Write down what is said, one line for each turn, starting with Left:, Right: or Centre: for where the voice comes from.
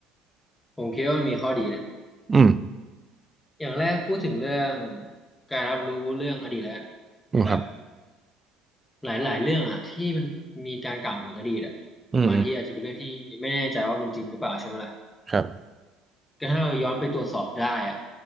Left: ผมคิดว่ามมีข้อดีนะ
Right: อืม
Left: อย่างแรกพูดถึงเรื่องการรับรู้เรื่องอดีตแล้วกัน
Right: อืมครับ
Left: แบบหลายๆเรื่องอ่ะที่มันมีการกล่าวถึงอดีตอ่ะ
Right: อืมอืม
Left: บางทีอาจจะเป็นเรื่องที่ไม่แน่ใจว่ามันจริงหรือเปล่าใช่ไหมล่ะ
Right: ครับ
Left: ก็ถ้าเราย้อนไปตรวจสอบได้อ่ะ